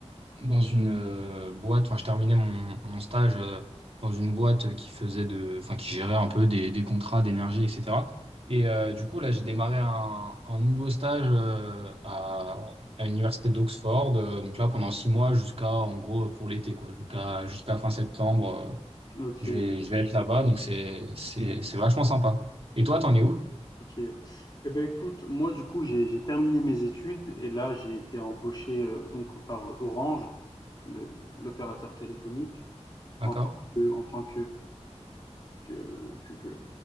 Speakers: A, on the right (about 55°); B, on the left (about 40°).
A: dans une euh, boîte. Enfin, je terminais mon, mon stage euh, dans une boîte qui faisait de, enfin, qui gérait un peu des, des contrats d'énergie, etc. Et euh, du coup, là, j'ai démarré un, un nouveau stage euh, à, à l'université d'Oxford. Euh, donc là, pendant six mois, jusqu'à en gros pour l'été, quoi, jusqu'à jusqu'à fin septembre. euh,
B: Ok,
A: je vais, je vais être là-bas, donc c'est, c'est, c'est vachement sympa. Et toi, t'en es où?
B: ok. Eh ben écoute, moi du coup j'ai j'ai terminé mes études et là j'ai été embauché euh, donc par Orange, le- l'opérateur téléphonique,
A: D'accord?
B: en tant que en tant que, que- que